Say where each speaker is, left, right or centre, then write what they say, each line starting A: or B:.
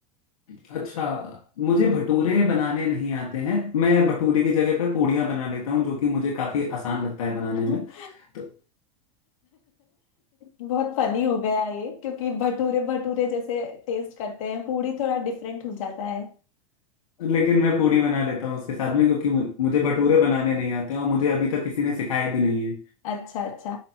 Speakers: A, on the left (about 85°); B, on the left (about 70°).
A: अच्छा मुझे भटूरे बनाने नहीं आते हैं मैं भटूरे की जगह पे पूड़ियाँ बना लेता हूँ जो कि मुझे काफ़ी आसान लगता है बनाने
B: <laughs>
A: में तो
B: बहुत फनी हो गया ये क्योंकि भटूरे भटूरे जैसे टेस्ट करते हैं पूरी थोड़ा डिफरेंट हो जाता है
A: लेकिन मैं पूड़ी बना लेता हूँ उसके साथ में क्योंकि मु- मुझे भटूरे बनाने नहीं आते हैं और मुझे अभी तक किसी ने सिखाया भी नहीं है
B: अच्छा अच्छा